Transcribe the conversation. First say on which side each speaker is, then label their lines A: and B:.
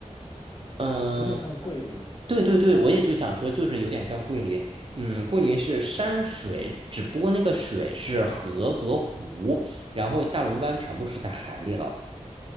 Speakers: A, on the right; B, on the left.
A: 嗯。
B: 有点像桂林，
A: 对对对，我也就想说，就是有点像桂林，嗯，桂林是山水，只不过那个水是河和湖，然后下龙湾全部是在海里了。